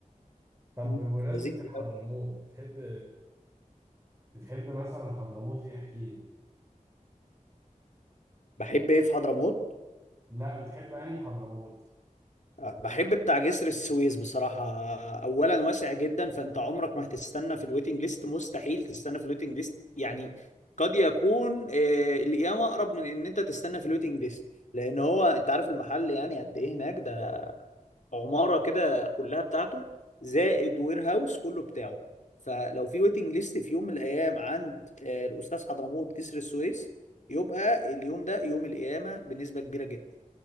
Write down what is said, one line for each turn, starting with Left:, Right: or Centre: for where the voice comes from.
Right: طب
Left: مم.
Right: بمناسبة
Left: لذيذ
Right: الحضرموت
Left: أوي.
Right: بتحب بتحب مثلا حضرموت ايه احكي لي
Left: بحب ايه في حضرموت
Right: لا بتحب انهي حضرموت
Left: بحب بتاع جسر السويس بصراحة أولا واسع جدا فأنت عمرك ما هتستنى في الويتنج ليست مستحيل تستنى في الويتنج ليست يعني قد يكون آه، القيامة أقرب من إن أنت تستنى في الويتنج ليست لأن هو أنت عارف المحل يعني قد إيه هناك ده عمارة كده كلها بتاعته زائد وير هاوس كله بتاعه فلو في ويتنج ليست في يوم من الأيام عند آه، الأستاذ حضرموت جسر السويس يبقى اليوم ده يوم القيامة بنسبة كبيرة جدا